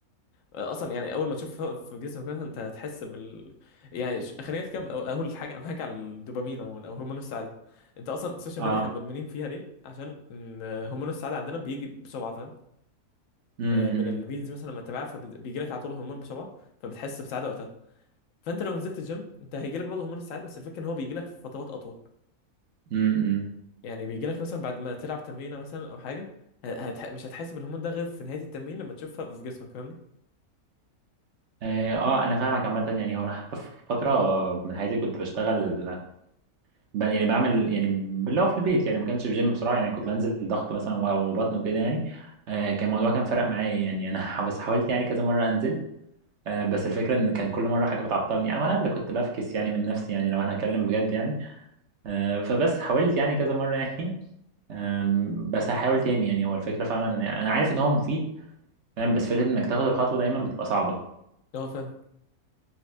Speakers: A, on the left; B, on the right.
A: آه، اصلا يعني اول ما تشوف في جسمك مثلا انت هتحس بال يعني يعني ش- خلينا نتكلم أو- اول حاجه معاك على الدوبامين عموما او هرمون السعاده انت اصلا السوشيال
B: اه
A: ميديا احنا مدمنين فيها ليه عشان إن هرمون السعاده عندنا بيجي بسرعه فاهم
B: امم
A: آه، من الريلز مثلا لما تتابعها فبيجي لك على طول هرمون بسرعه فبتحس بسعاده وقتها فانت لو نزلت الجيم انت هيجي لك برضه هرمون السعاده بس الفكره ان هو بيجي لك في فترات اطول
B: امم
A: يعني بيجي لك مثلا بعد ما تلعب تمرينه مثلا او حاجه ه- هتح... مش هتحس بالهرمون ده غير في نهايه التمرين لما تشوفها في جسمك فاهمني
B: اه آه، انا فاهمك عامه يعني هو انا حتى في فتره من حياتي كنت بشتغل ب- يعني بعمل يعني اللي هو في البيت يعني ما كانش في جيم بصراحه يعني كنت بنزل ضغط مثلا و- وبطن وكده يعني آه، كان الموضوع كان فرق معايا يعني انا <laughs> بس حاولت يعني كذا مره انزل آه، بس الفكره ان كان كل مره حاجه بتعطلني او انا اللي كنت بفكس يعني من نفسي يعني لو هنتكلم بجد يعني آه، فبس حاولت يعني كذا مره <laughs> يعني آم، بس هحاول تاني يعني هو الفكره فعلا يعني انا عارف ان هو مفيد فاهم بس فكره انك تاخد الخطوه دايما بتبقى صعبه
A: اه فاهمك